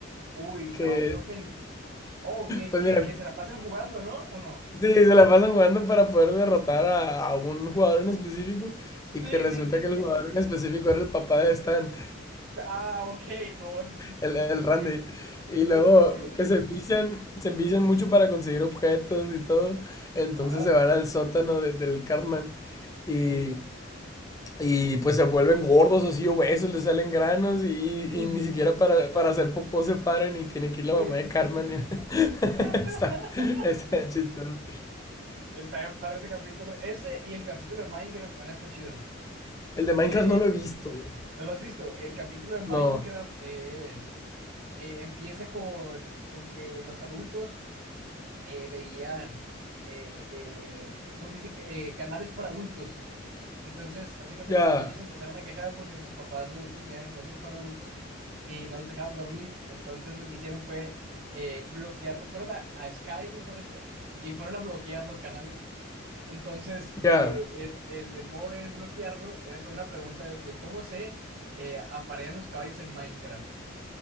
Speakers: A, on the right; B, on the left.
A: Uy,
B: Que,
A: no, creo que... Oh, que,
B: pues
A: que,
B: mira,
A: que se la pasan jugando, ¿no? ¿O no?
B: sí, se la pasan jugando para poder derrotar a, a un jugador en específico. Y
A: Sí,
B: que resulta
A: sí, sí,
B: que el
A: sí.
B: jugador en específico era el papá de Stan,
A: Ah, ok, no, el- sí, sí,
B: el,
A: sí,
B: el
A: sí,
B: Randy.
A: que,
B: Y luego
A: sí, sí, que,
B: que se envician, se envician mucho para conseguir objetos y todo. Entonces
A: ajá,
B: se van al sótano de- del Cartman. Y
A: sí,
B: Y pues se vuelven gordos, así obesos, les salen granos y,
A: sí,
B: y ni
A: sí,
B: siquiera para, para hacer popó se paran y tiene que ir
A: sí,
B: la mamá
A: sí,
B: de Carmen.
A: sí, sí, sí, sí.
B: y-
A: <laughs>
B: <laughs> Está, está chistoso.
A: El para, para ese capítulo, ese y el capítulo de Minecraft también está chido,
B: El de Minecraft
A: que,
B: no lo he visto. güey.
A: ¿no lo has visto? El capítulo de Minecraft
B: No.
A: es, eh, empieza con, con que los adultos eh, veían, eh, eh, ¿cómo se dice? Eh, canales para adultos. Entonces, hace cuenta
B: Ya,
A: que los niños empezaron a quejar porque sus papás adultos veían cosas para adultos y no los dejaban dormir. Entonces, lo que hicieron fue eh, bloquearlo. Fueron a, a Sky, me parece, y fueron a bloquear los canales. Entonces, eh,
B: ya,
A: eh, el, el modo de desbloquearlo era con una pregunta de que cómo se eh, aparean los caballos en Minecraft